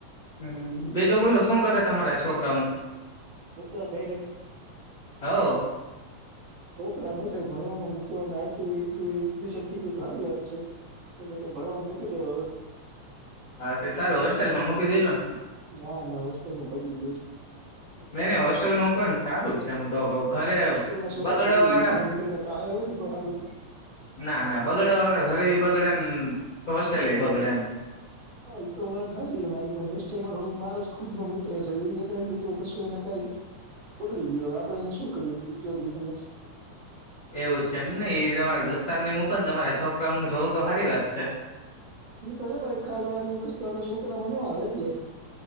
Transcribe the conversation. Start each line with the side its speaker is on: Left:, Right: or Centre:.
Left: હમ બીજો બોલો શું કરે તમારા છોકરાઓનું?
Right: છોકરા ડાયરેક્ટ,
Left: હવ
Right: છોક ભણવામાં મુકવાના આથી મિશન થઈ જાય તો સારી વાત છે. એ ને તૌ હું ભણવાવા મૂકી દેવાનો છ.
Left: હા તે સારુ હોસ્ટેલ્માં મુકી દેજો ને
Right: ના ના હોસ્ટેલમાં બગડી જાય.
Left: નઈ નને હોસ્ટેલ મકવાનું સારું છે. હું તો કઉ ઘરે
Right: હોસ્ટેલમાં છોકરા
Left: બગડવા
Right: બગડી
Left: વાળા
Right: જાય છે એની કરતા પાહે હોય ને તો હારું.
Left: ના ના બગડવા વારા ઘરે એ બગડે ને હોસ્ટેલ એ બગડે એમ
Right: હા એ તો વાત હાસી તમારી પણ હોસ્ટલમાં થોક મારો જ ખુદ નો મિત્ર છે એ જ એમ કીધુ એને કઈ બગડી ગયયો આપણે એને શું કહીએ કેયો જોઈ તમે?
Left: એવું છે એમ નઈ તમારા દોસ્તાર ની મૂંકો ને તમારા છોકરાઓનું જોવું તો સારી વાત છે.
Right: એ તો એમ જ કાલ હવારે ઈ વસ્તુ આપણે છોકરામાં નો આવે એટલે.